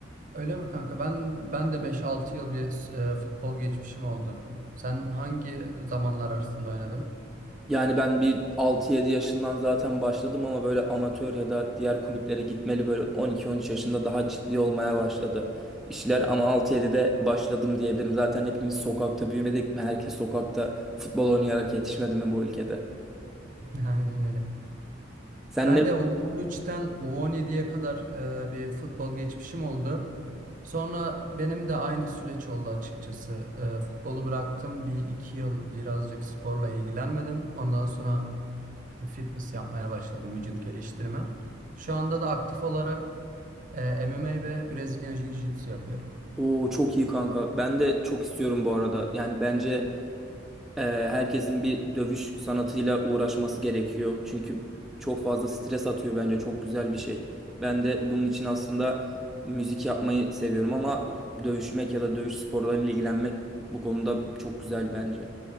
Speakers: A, on the right; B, in the centre.
A: Öyle mi kanka? Ben ben de beş altı yıl bir e, futbol geçmişim oldu. Sen hangi zamanlar arasında oynadın?
B: Yani ben bir altı yedi yaşından zaten başladım ama böyle amatör ya da diğer kulüplere gitmeli böyle on iki on üç yaşında daha ciddi olmaya başladı işler ama 6-7'de başladım diyebilirim. Zaten hepimiz sokakta büyümedik mi? Herkes sokakta futbol oynayarak yetişmedi mi bu ülkede?
A: <laughs> Aynen öyle.
B: Sen
A: Ben
B: ne?
A: de U13'ten U17'ye kadar e, bir futbol geçmişim oldu. Sonra benim de aynı süreç oldu açıkçası. E, futbolu bıraktım. Bir iki yıl birazcık sporla ilgilenmedim. Ondan sonra fitness yapmaya başladım, vücut geliştirme. Şu anda da aktif olarak Ee, MMA ve Brezilya Jiu-Jitsu yapıyorum.
B: Oo çok iyi kanka. Ben de çok istiyorum bu arada. Yani bence e, herkesin bir dövüş sanatıyla uğraşması gerekiyor. Çünkü çok fazla stres atıyor bence. Çok güzel bir şey. Ben de bunun için aslında müzik yapmayı seviyorum ama dövüşmek ya da dövüş sporlarıyla ilgilenmek bu konuda çok güzel bence.